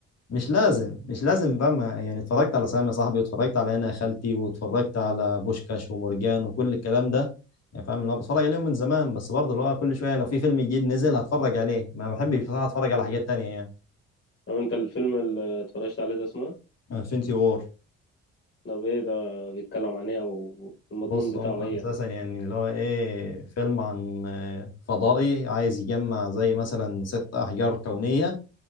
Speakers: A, on the left; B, on the left.
A: مش لازم مش لازم بقى ما- يعني اتفرجت على سامي يا صاحبي واتفرجت على انا يا خالتي واتفرجت على بوشكاش ومرجان وكل الكلام ده يعني فاهم اللي هو بتفرج عليهم من زمان بس برضه اللي هو كل شويه لو في فيلم جديد نزل هتفرج عليه ما بحبش بصراحه اتفرج على حاجات تانية يعني
B: طب انت الفيلم اللي اتفرجت عليه ده اسمه
A: انفينيتي وور
B: ده ايه ده بيتكلم عن ايه او المضمون
A: بص
B: بتاعه
A: هم
B: ايه يعني
A: اساسا يعني اللي هو ايه فيلم عن آه، فضائي عايز يجمع زي مثلا ست احجار كونيه